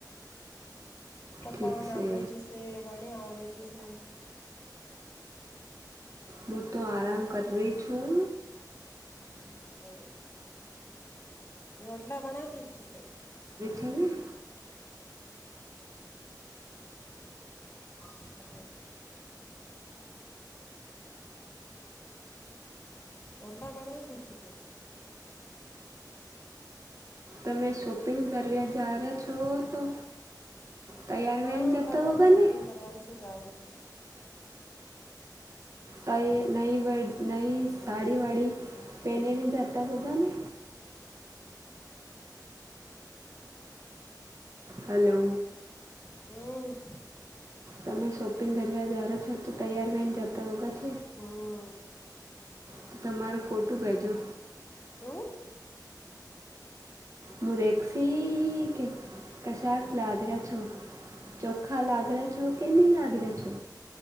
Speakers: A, on the left (about 25°); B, on the right (about 45°).
A: ટપ્પાવન
B: ઠીક છે
A: આવરેજ સે, વાણી આવરેજ સે.
B: મું તો આરામ કર રહી છું.
A: ઓકે રોટલા બણાતી જ છે કે?
B: હમ
A: હઅ રોટલા બણાદી છે કે?
B: તમે શોપિંગ કર્યા જા રહ્યા છો તો. તૈયાર
A: હા
B: વહીને જતા
A: કનામ
B: વગર
A: શોપિંગ
B: ને
A: કરવા છું જાવરું સુ.
B: તઇ નઈ વ નઈ સાડી વાડી પેનેને જતા હોગા ને? હલો
A: હમ
B: તમે શોપિંગ કરવા જારો છો તો તૈયાર વેન જાતા હોગા છ
A: હમ
B: તો તમારો ફોટું ભેજો.
A: હમ
B: મું દેક્સી કે કશાક લાગર્યા છો. ચોખા લાગ રહ્યા છો કે ની લાગ રહ્યા છો?